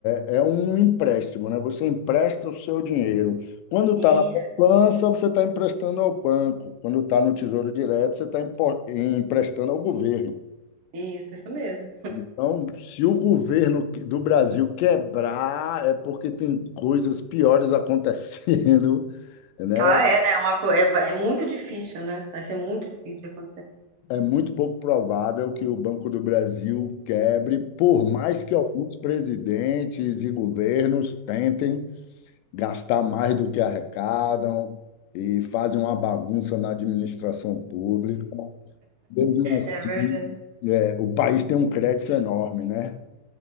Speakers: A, on the left; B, on the right.
A: é, é um empréstimo, né? Você empresta o seu dinheiro. Quando
B: Isso,
A: está na poupança, você está emprestando ao banco. Quando está no Tesouro Direto, você está emprestando ao governo.
B: isso, isso mesmo.
A: Então, se o governo do Brasil quebrar, é porque tem coisas piores <laughs> acontecendo, né?
B: Ah, é, né? É Uma, co- é, ba- é muito difícil, né? Vai ser muito difícil de acontecer.
A: é muito pouco provável que o Banco do Brasil quebre, por mais que alguns presidentes e governos tentem gastar mais do que arrecadam e fazem uma bagunça na administração pública. Mesmo assim,
B: É verdade.
A: é, o país tem um crédito enorme, né?